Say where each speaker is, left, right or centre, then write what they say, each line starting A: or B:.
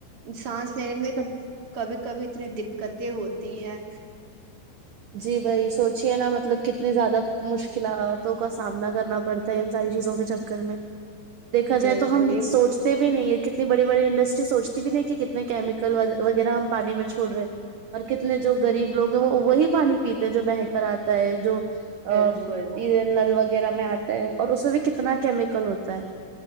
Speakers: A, on the right (about 35°); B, on the right (about 60°).
A: سانس لینے میں ک کبھی کبھی اتنی د قتیں ہوتی ہے
B: جی بھائی سوچے نا مطلب کتنی زیادہ مشکلاتوں کا سامنا کرنا پڑتا ہے ان ساری چیزوں کے چکر میں دیکھا
A: بالکل
B: جائے تو ہم
A: یہ
B: سوچتے بھی نہیں ہے کتنی بڑی بڑی انڈسٹری سوچتی بھی نہیں کہ کتنے کیمیکل وغیرہ ہم پانی میں چوڑ رہے ہیں اور کتنے جو غریب لو ہیں وہ وہی پانی پیتے ہیں جو بہ کر آتا ہے جو آ
A: بالکل
B: نلوگ وغیرہ میں آتا ہے اور اس میں بھی کتنا کیمیکل ہوتا ہے